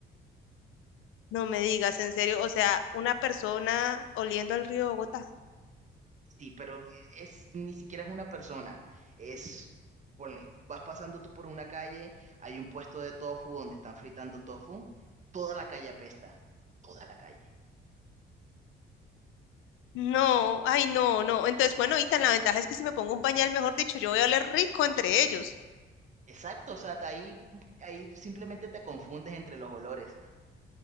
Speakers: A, on the left; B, on the right.
A: No me digas, en serio, o sea, una persona oliendo al río Bogotá.
B: Sí, pero eh, es ni siquiera es una persona, es, ponle, vas pasando tú por una calle, hay un puesto de tofu donde están fritando tofu, toda la calle apesta, toda la calle.
A: No, ay, no, no. Entonces, bueno, y ahorita la ventaja es que si me pongo un pañal, mejor dicho, yo voy a oler rico entre ellos.
B: Exacto, o sea, te- ahí, ahí simplemente te confundes entre los olores.